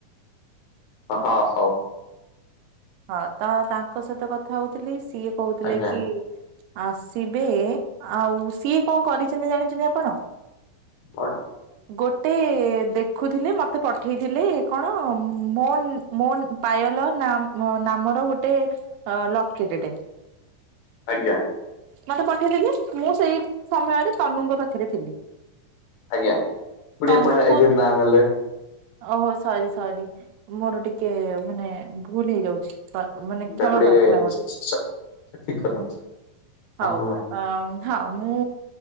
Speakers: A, on the left; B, on the right.
A: ହଁ ହଁ ସଉ
B: ହଁ ତ ତାଙ୍କ ସହିତ କଥା ହଉଥିଲି ସିଏ କହୁଥିଲେ
A: ଆଜ୍ଞା
B: କି ଆସିବେ। ଆଉ ସିଏ କଣ କରିଚନ୍ତି ଜାଣିଚନ୍ତି ଆପଣ?
A: କଣ
B: ଗୋଟେ ଦେଖୁଥିଲେ ମତେ ପଠ୍ ଉଠେଇଥିଲେ କଣ ଉମ ମୋନ୍ ମୋନ୍ ପାୟଲ ନାମ୍ ମୋ ନାମର ଗୋ ଟ ଅ ଲକି ଟେଡେ
A: ଆଜ୍ଞା।
B: ମତେ ପଠେଇଥିଲି ମୁଁ ସେଇ ସମୟରେ ସନୁଙ୍କ ପାଖରେ ଥିଲି।
A: ଆଜ୍ଞା ପୁଣି
B: ତନୁକୁ
A: ଆପଣ ଏଗେନ ନା ନେଲେ।
B: ଓହୋ ସରି ସରି ମୋର ଟିକେ ମାନେ ଭୁଲ ହେଇଯାଉଛି। ସ- ମାନେ କ୍ଷମା
A: ତାକୁ ଟିକେ
B: ପ୍ରାର୍ଥନା କର
A: ଠିକ କରନ୍ତୁ
B: ହଉ
A: ଆଉ କୁହ।
B: ଅମ୍, ହଁ ମୁଁ